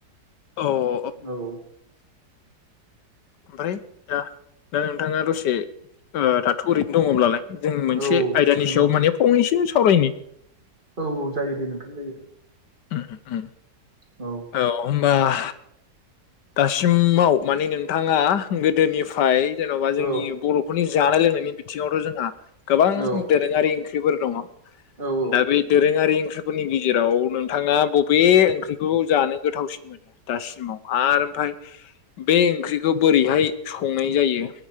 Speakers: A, on the left; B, on the right.
A: औ
B: औ
A: ओमफ्राय दा दा नोंथाङा दसे ओ दाथ ओरैनो दङब्लालाय? जों मोनसे
B: औ
A: आयदानि
B: ओरैनो
A: सायाव माने फंनैसो सावरायनि।
B: औ औ जायो दे नोंथां जायो।
A: उम उम
B: औ
A: औ होमबाआ दासिमाव माने नोंथाङा गोदोनिफ्राय जेन'बा जोंनि
B: औ
A: बर' फोरनि जानाय लोंनायनि बिथिङावथ' जोंहा गोबां
B: औ
A: दोरोङारि ओंख्रिफोर दङ
B: औ
A: दा बे दोरोङारि ओंख्रि फोरनि गेजेराव नोंथाङा बबे ओंख्रिखौ जानो गोथावसिन मोनो दासिमाव? आर ओमफ्राय बे ओंख्रिखौ बोरैहाय संनाय जायो।